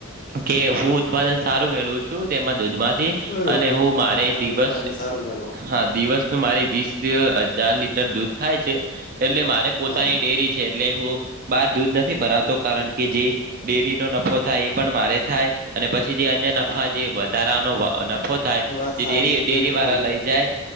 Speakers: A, on the right; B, on the left.
A: કે હું ઉત્પાદન સારું મેળવું છું તેમાં દૂધ માંથી.
B: બરોબર
A: અને હું મારે
B: હા તમે
A: દિવસ,
B: ઉત્પાદન સારું મેળવો
A: હા દિવસનું મારી વીસ હજાર લીટર દૂધ થાય છે. એટલે મારે પોતાની
B: હા હા
A: ડેરી છે. એટલે હું બહાર દૂધ નથી ભરાવતો કારણ કે જે ડેરીનો નફો થાય એ પણ મારે થાય. અને પછી જે અન્ય નફા
B: હા
A: જે વધારાનો નફો થાય
B: વાત
A: જે
B: સાચી
A: ડેરી
B: છે
A: ડેરી
B: બિલકુલ
A: વાળા લઈ જાય.